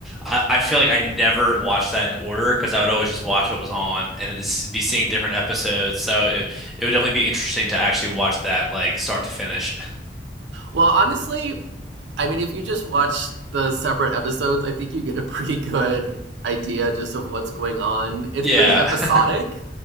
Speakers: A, in the centre; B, on the right.
A: I, I feel like I never watched that in order because I would always just watch what was on and it's, be seeing different episodes. So it, it would definitely be interesting to actually watch that like start to finish. <laughs>
B: Well, honestly, I mean, if you just watch the separate episodes, I think you get a pretty good idea just of what's going on. It's
A: Yeah,
B: pretty episodic.
A: <laughs>